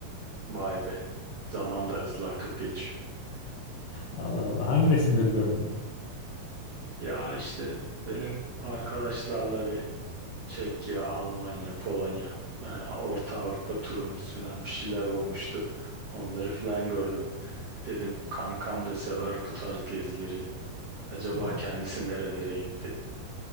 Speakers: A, on the right; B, on the left.
A: vay be. Zaman da hızlı akıp geçiyor.
B: Allah Allah. Hangi resimleri gördüm?
A: Ya işte benim arkadaşlarla bir Çekya, Almanya, Polonya, yani Orta Avrupa turumuz falan bir şeyler olmuştu. Onları falan gördüm. Dedim kankam da sever bu tarz gezileri. Acaba
B: Aa,
A: kendisi nerelere gitti?